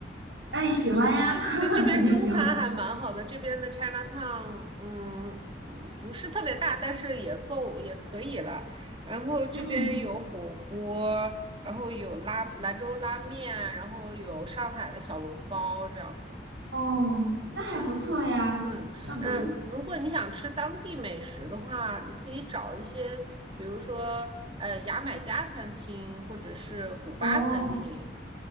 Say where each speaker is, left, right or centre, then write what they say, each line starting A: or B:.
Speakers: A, on the right; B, on the right.
A: 哎，喜欢呀，
B: 对，这边中餐还蛮好的，
A: <laughs> 肯定喜欢。
B: 这边的 Chinatown，嗯嗯，不是特别大，但是也够也可以了。然后这边有火锅，
A: 嗯，
B: 然后有拉兰州拉面，然后有上海的小笼包这样子。
A: 哦，那还不错呀，
B: 嗯，
A: 那不错。
B: 呃，如果你想吃当地美食的话，你可以找一些，比如说呃牙买加餐厅或者是古巴餐厅。
A: 哦